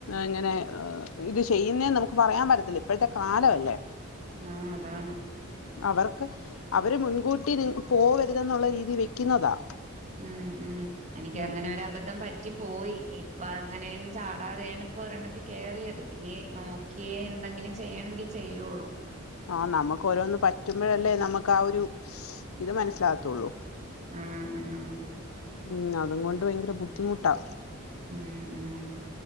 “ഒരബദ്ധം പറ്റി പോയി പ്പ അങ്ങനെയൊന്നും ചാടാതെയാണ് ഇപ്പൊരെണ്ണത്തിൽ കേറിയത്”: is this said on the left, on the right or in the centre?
Right